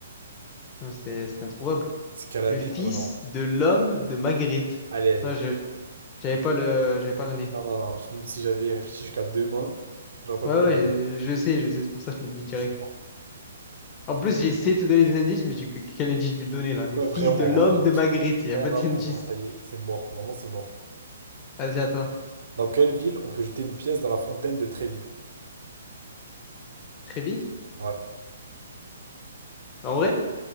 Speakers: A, on the left (about 20°); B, on the right (about 75°).
A: Non, c'est, c'est introuvable.
B: C'est quelle année?
A: Le fils
B: Oh non.
A: de l'homme de Magritte.
B: Allez, allez.
A: Non, je, j'avais pas le, j'avais pas l'année.
B: Non, non, non. Même si j'avais réfléchi jusqu'à demain, j'aurais pas
A: Ouais,
B: pu l'avoir.
A: ouais, je,
B: Non,
A: je sais, je sais, c'est pour ça que je te le dis direct.
B: C'est mort.
A: En plus, j'ai essayé de te donner des indices, mais j'ai dit, quel indice je vais le donner, là? Le
B: Ouais,
A: fils
B: vraiment.
A: de l'homme
B: hein.
A: de Magritte. Il y
B: Ouais,
A: a pas
B: non,
A: d'indice.
B: non, non, ça y est. C'est mort. Vraiment, c'est mort.
A: Vas-y, à toi.
B: Dans quelle ville on peut jeter une pièce dans la fontaine de Trévis?
A: Trévis?
B: Ouais.
A: En vrai?